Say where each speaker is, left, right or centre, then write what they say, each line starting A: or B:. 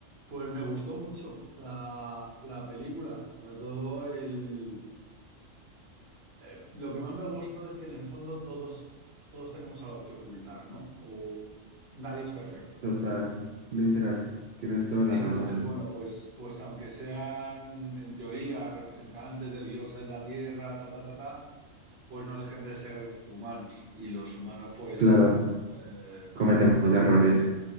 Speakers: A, on the right; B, on the right.
A: Pues me gustó mucho la, la película, sobre todo el... eh, lo que más me gustó es que en el fondo todos, todos tenemos algo que ocultar, ¿no? O nadie es perfecto.
B: Total, literal. Tienes toda la
A: Entonces,
B: razón.
A: bueno, pues, pues aunque sean en teoría representantes de Dios en la tierra, ta, ta, ta, ta, pues no dejen de ser humanos. Y los humanos, pues,
B: Claro,
A: eh,
B: cometemos errores.